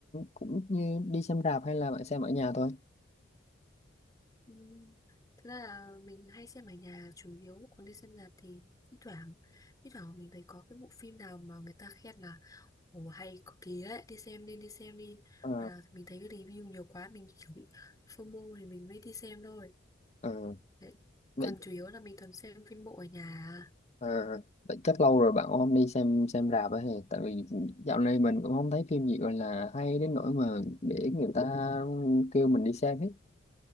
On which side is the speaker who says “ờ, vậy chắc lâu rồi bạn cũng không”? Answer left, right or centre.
Left